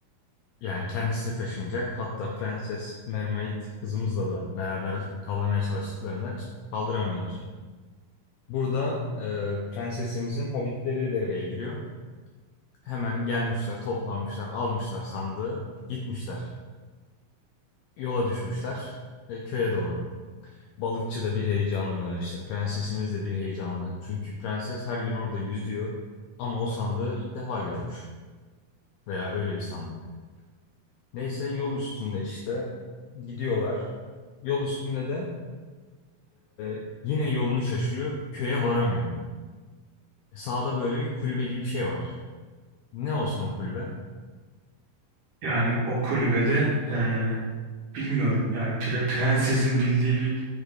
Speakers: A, on the left; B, on the right.
A: Yani kendisi de taşımayacak. Hatta Prenses Mermaid kızımızla da beraber kaldırmaya çalıştıklarında kaldıramıyorlar. Burada e, prensesimizin hobbitleri devreye giriyor. Hemen gelmişler, toplanmışlar, almışlar sandığı, gitmişler. Yola düşmüşler e, köye doğru. Balıkçı da bir heyecanlı, işte prensesimiz de bir heyecanlı. Çünkü prenses her gün orada yüzüyor ama o sandığı ilk defa görmüş veya öyle bir sandık. Neyse yol üstünde işte gidiyorlar. Yol üstünde de e, yine yolunu şaşırıyor, köye varamıyor. Sağda böyle bir kulübe gibi bir şey var. Ne olsun o kulübe?
B: Yani o kulübede e, bilmiyorum yani pre- prensesin bildiği bir